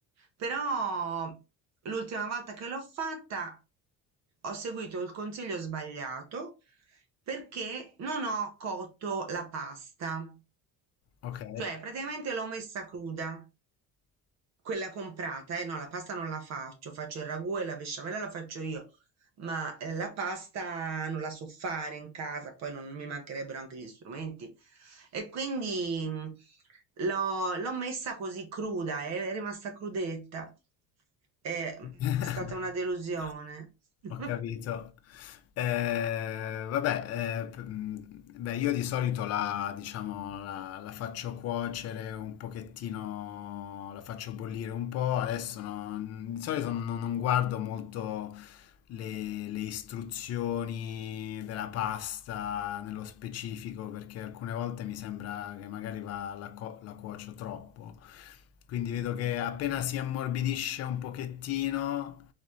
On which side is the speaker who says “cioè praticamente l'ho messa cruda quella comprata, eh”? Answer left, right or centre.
Right